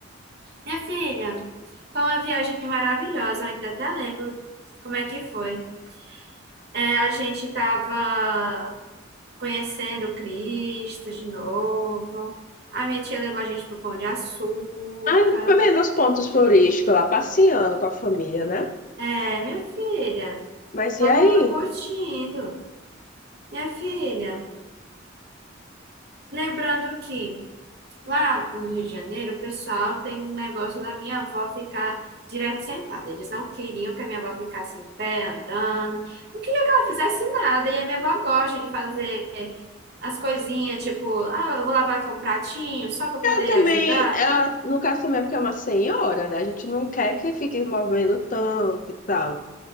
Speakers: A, on the right; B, on the left.
A: Minha filha, foi uma viagem maravilhosa, eu ainda até lembro como é que foi. É, a gente estava conhecendo Cristo de novo. A minha tia levou a gente pro Pão de Açúcar.
B: Ai, pelo menos pontos turísticos lá, passeando com a família, né?
A: É, minha filha,
B: Mas
A: todo
B: e aí?
A: mundo curtindo. Minha filha, lembrando que lá no Rio de Janeiro, o pessoal tem um negócio da minha avó ficar direto sentada. Eles não queriam que a minha avó ficasse em pé, andando. Não queria que ela fizesse nada. E a minha avó gosta de fazer as coisinhas, tipo, ah, eu vou lavar aqui um pratinho só para poder
B: também,
A: ajudar.
B: ela, no caso também, é porque é uma senhora, né? A gente não quer que fique movendo tanto e tal.